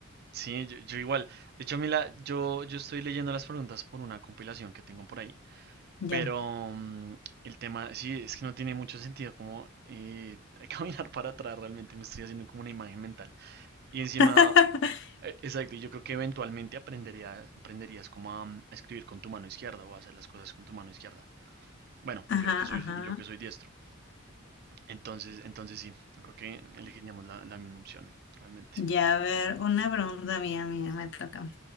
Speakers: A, on the right; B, on the left.
A: Sí, yo, yo igual. De hecho, a mí la, yo, yo estoy leyendo las preguntas por una compilación que tengo por ahí.
B: ya.
A: Pero mm, el tema, sí, es que no tiene mucho sentido como eh, <laughs> caminar para atrás. Realmente me estoy haciendo como una imagen mental. Y encima,
B: <laughs>
A: eh, exacto, y yo creo que eventualmente aprendería, aprenderías como a, mm, a escribir con tu mano izquierda o a hacer las cosas con tu mano izquierda. Bueno,
B: Ajá,
A: yo que soy,
B: ajá.
A: yo que soy diestro. Entonces, entonces sí, yo creo que elegiríamos la, la misma opción, realmente.
B: Ya, a ver, una pregunta mía, mía, me toca.